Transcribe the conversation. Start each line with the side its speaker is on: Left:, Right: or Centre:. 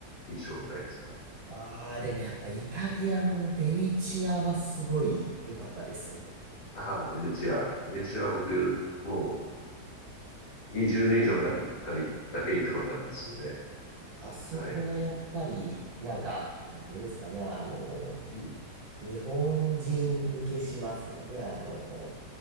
Left: 印象深いですか
Right: ああ、でもやっぱイタリアのベネチアはすごい良かったですね。
Left: ああ、ベネチア。ベネチアは僕、もう20年以上前に1回だけ行ったことありますよね。
Right: あそこはやっぱり、
Left: はい。
Right: なんか、なんて言うんですかね、あの、
Left: うん、
Right: 日本人受けしますよね。あの、